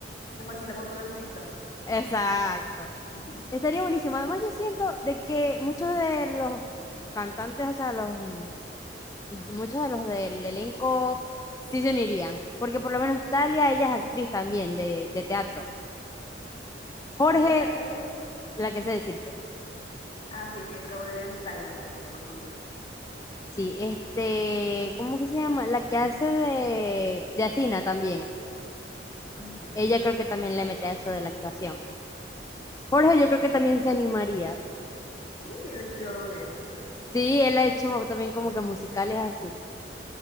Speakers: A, on the left (about 35°); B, on the left (about 20°).
A: Nos vacilamos todos los TikTok.
B: exacto.
A: <laughs>
B: Estaría buenísimo. Además, yo siento de que muchos de los cantantes, o sea, los mm, muchos de los del elenco sí se unirían, porque por lo menos Talia, ella es actriz también de, de teatro. Jorge,
A: Talia es...
B: la que sé decirse.
A: Ah, sí, es que yo acabo de leer Styla, perdón, me confundí.
B: Sí, este, ¿cómo que se llama? La que hace de, de Athena también.
A: Ujú.
B: Ella creo que también le mete a eso de la actuación. Jorge, yo creo que también se animaría.
A: Sí, sí, él estudió algo de eso, pues.
B: Sí, él ha hecho mo- también como que musicales así.